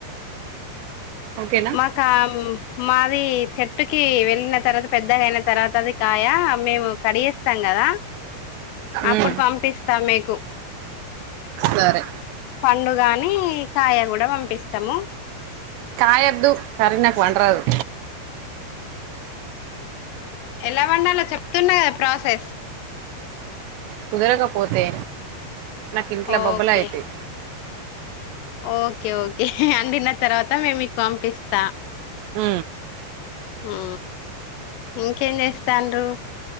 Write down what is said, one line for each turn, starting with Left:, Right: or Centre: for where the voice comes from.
Right: ఓకేనా
Left: మాకా మాది చెట్టుకి వెళ్ళిన తర్వాత పెద్దగా అయిన తర్వాత అది కాయ మేము కడిస్తాం కదా అప్పుడు
Right: ఉమ్
Left: పంపిస్తా మీకు
Right: సరే
Left: పండు గాని కాయ కూడా పంపిస్తాము
Right: కాయద్దు సారీ నాకు వండరాదు
Left: ఎలా వండాలో చెప్తున్నా కదా ప్రాసెస్
Right: కుదరకపోతే నాకు ఇంట్ల
Left: ఓకే
Right: బబ్బలా అయితయి
Left: ఓకే ఓకే అండిన తర్వాత మే మీకు పంపిస్తా
Right: ఊ
Left: ఆ ఇంకేం చేస్తాండ్రు